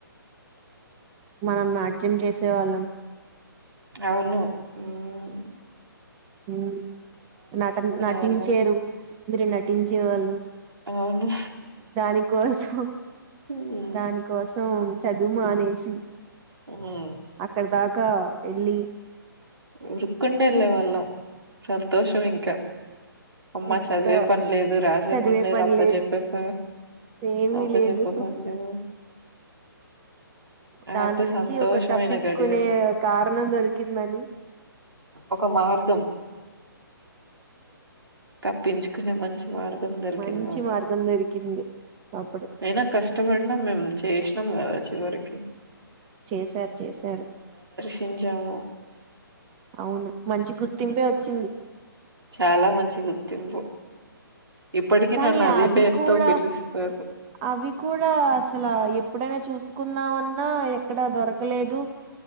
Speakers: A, on the right; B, on the right.
A: మనం నాట్యం చేసేవాళ్ళం
B: అవును ఊమ్
A: ఊ నటన్ నటించేరు
B: వాళ్ళం
A: మిరు నటించేవాళ్ళు
B: ఉమ్, అవును
A: దానికోసం
B: ఉమ్
A: దానికోస్ తోమ్ చదువు మానేసి
B: ఉమ్
A: అక్కడ దాకా ఎళ్ళీ
B: ఉరుక్కుంట ఎళ్ళే వాళ్ళం సంతోషమింక అమ్మా
A: పెద్ద
B: చదివే పన్ లేదు రాసే
A: చదివే
B: పన్ లేదు
A: పని
B: అప్ప జొప్పే ప
A: ఏమీ
B: అప్ప
A: లేదు
B: జొప్పే పండ్లేదు అదంతా
A: దాన్ నుంచి
B: సంతోషమైన
A: ఒక తప్పిచ్చుకునే
B: గడియలు
A: కారణం దొరికిందన్
B: ఒక మార్గం తప్పించుకునే మంచి మార్గం దొరికింది
A: మంచి
B: మాకు
A: మార్గం దొరికింది అప్పుడు
B: ఐనా కష్టపడినామ్ మేము చేస్నాం గదా చివరికి
A: చేశార్ చేశారు
B: టించాము
A: అవును మంచి గుర్తింపే వొచ్చింది
B: చాలా మంచి గుర్తింపు ఇప్పటికి
A: కానీ
B: నన్ను అదే
A: అవి
B: పేరుతో
A: కూడా
B: పిలుస్తారు
A: అవి కూడా అస్సల ఎప్ ప్పుడైనా చూసుకుందామన్నా ఎక్కడా దొరకలేదు